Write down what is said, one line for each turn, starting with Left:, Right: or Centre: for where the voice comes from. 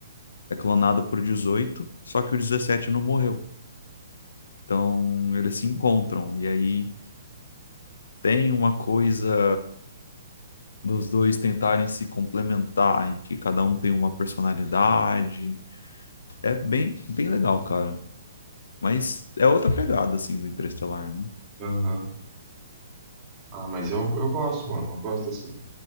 Left: É clonado por 18 só que o 17 não morreu. Então, eles se encontram, e aí tem uma coisa dos dois tentarem se complementar, em que cada um tem uma personalidade. É bem, bem legal, cara. Mas é outra pegada, assim, do Interestelar, né?
Right: Aham. Ah, mas eu, eu gosto, mano. Eu gosto dessa.